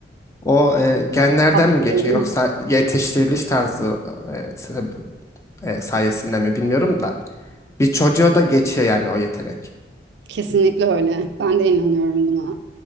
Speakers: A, on the left; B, on the right.
A: o e, genlerden
B: aktarılıyor.
A: mi geçiyor yoksa yetiştiriliş tarzı e, sebe- e, sayesinde mi bilmiyorum da bir çocuğa da geçiyor yani o yetenek.
B: Kesinlikle öyle. Ben de inanıyorum buna.